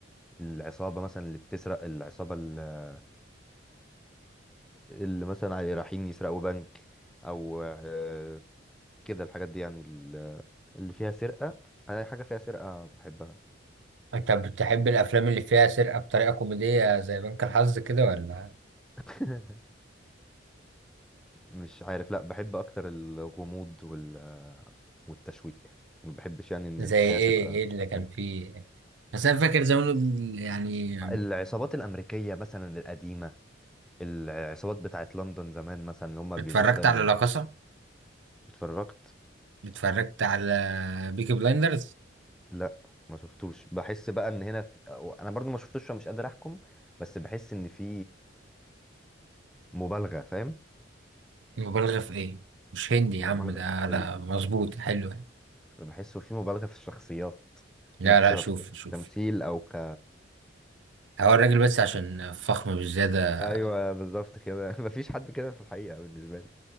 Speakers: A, in the centre; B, on the right (about 75°).
A: العصابة مثلا اللي بتسرق العصابة ال- اللي مثلا رايحين يسرقوا بنك أو آه، كده الحاجات دي يعني ال- اللي فيها سرقة أنا أي حاجة فيها سرقة بحبها
B: انت بتحب الافلام اللي فيها سرقة بطريقة كوميدية زي بنك الحظ كده ولا
A: <laughs> مش عارف لا بحب أكتر الغموض وال والتشويق ما بحبش يعني إن
B: زي
A: الحكاية
B: ايه
A: تبقى
B: ايه اللي كان
A: ده.
B: فيه بس انا فاكر زمان يعني
A: العصابات الأمريكية مثلا القديمة العصابات بتاعت لندن زمان مثلا اللي هما
B: اتفرجت
A: بيلبسوا دايما
B: على لا كاسا
A: اتفرجت
B: اتفرجت على بيكي بلايندرز
A: لا ما شفتوش بحس بقى ان هنا في... انا برضو ما شفتوش فمش قادر احكم بس بحس ان في مبالغه فاهم
B: مبالغة في ايه مش هندي يا
A: مبالغه
B: عم ده
A: في
B: لا
A: ال...
B: مظبوط حلو يعني
A: بحسه في مبالغه في الشخصيات
B: لا
A: نفسها
B: لا شوف
A: في التمثيل
B: شوف
A: او ك
B: هو الراجل بس عشان فخم بالزيادة
A: ايوه بالظبط كده <laughs> مفيش حد كده في الحقيقه بالنسبه لي